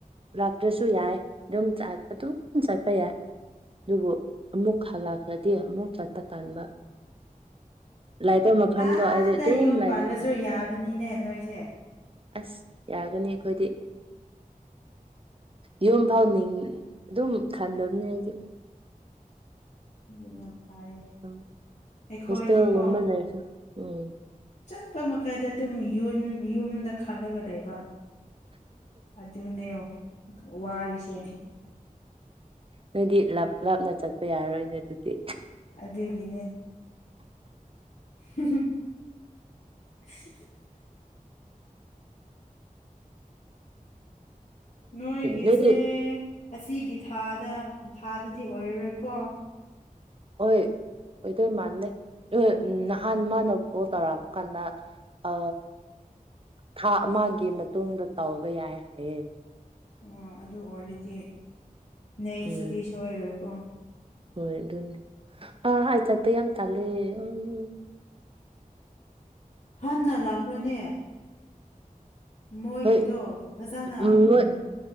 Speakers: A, on the right; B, on the left.
A: ꯂꯥꯛꯇ꯭ꯔꯁꯨ ꯌꯥꯏ ꯑꯗꯨꯝ ꯑꯗꯨꯝ ꯆꯠꯄ ꯌꯥꯏ ꯑꯗꯨꯕꯨ ꯑꯃꯨꯛ ꯍꯜꯂꯛꯈ꯭ꯔꯗꯤ ꯑꯃꯨꯛ ꯆꯠꯄ ꯇꯥꯟꯕ ꯂꯥꯏꯕ ꯃꯐꯝꯗꯣ
B: ꯑꯥꯗ
A: ꯑꯩꯗꯤ ꯑꯗꯨꯝ
B: ꯌꯨꯝ
A: ꯂꯩꯒꯅꯤ
B: ꯄꯥꯜꯂꯁꯨ
A: ꯌꯥꯏ
B: ꯌꯥꯕꯅꯤꯅꯦ ꯅꯣꯏꯁꯦ
A: ꯑꯁ ꯌꯥꯒꯅꯤ ꯑꯩꯈꯣꯏꯗꯤ ꯌꯨꯝ ꯐꯥꯎꯅꯤꯡ ꯑꯗꯨꯝ ꯈꯟꯗꯕꯅꯦ ꯍꯥꯏꯗꯤ
B: ꯑꯗꯨꯅ ꯐꯩ
A: ꯎꯝ
B: ꯑꯩꯈꯣꯏꯗꯤꯀꯣ
A: ꯍꯣꯁꯇꯦꯜꯒꯨꯝꯕ ꯂꯩꯔꯁꯨ ꯎꯝ
B: ꯆꯠꯄ ꯃꯈꯩꯗ ꯑꯗꯨꯝ ꯌ ꯌꯨꯝꯗ ꯈꯜꯂꯒ ꯂꯩꯕ ꯑꯗꯨ ꯑꯗꯨꯅꯦ ꯋꯥꯔꯁꯦ
A: ꯅꯣꯏꯗꯤ ꯂꯥꯞ ꯂꯥꯞꯅ ꯆꯠꯄ ꯌꯥꯔꯔꯣꯏꯅꯦ ꯑꯗꯨꯗꯤ
B: ꯑꯗꯨꯒꯤꯅꯦ <unintelligible> ꯅꯣꯏꯒꯤꯁꯦ
A: ꯅꯣꯏꯗꯤ
B: ꯑꯁꯤꯒꯤ ꯊꯥꯗ ꯊꯥꯗꯗꯤ ꯑꯣꯏꯔꯔꯣꯏꯀꯣ
A: ꯍꯣꯏ ꯑꯣꯏꯗꯣꯏ ꯃꯥꯥꯟꯅꯦꯣꯏ ꯎ ꯅꯍꯥꯟ ꯃꯥꯅ ꯀꯣꯜ ꯇꯧꯔꯛꯑ ꯀꯥꯟꯗ ꯑ ꯊꯥ ꯑꯃꯒꯤ ꯃꯇꯨꯡꯗ ꯇꯧꯒ ꯌꯥꯏ ꯍꯥꯏꯌꯦꯦ
B: ꯑꯣ ꯑꯗꯨ ꯑꯣꯏꯔꯗꯤ ꯅꯦꯛꯁꯇꯨꯗꯤ
A: ꯎꯝ
B: ꯁꯣꯏꯔꯣꯏꯀꯣ
A: ꯍꯣꯏ ꯑꯗꯨ ꯑ ꯑ ꯆꯇ ꯌꯥꯝ ꯇꯥꯂꯦ ꯎꯝ
B: ꯍꯥ ꯅ ꯂꯥꯛꯈ꯭ꯔꯣꯅꯦ ꯃꯣꯏꯒꯤꯗꯣ
A: ꯍꯣꯏ
B: ꯐꯖꯅ
A: ꯎꯝ ꯅꯣꯏ
B: ꯎ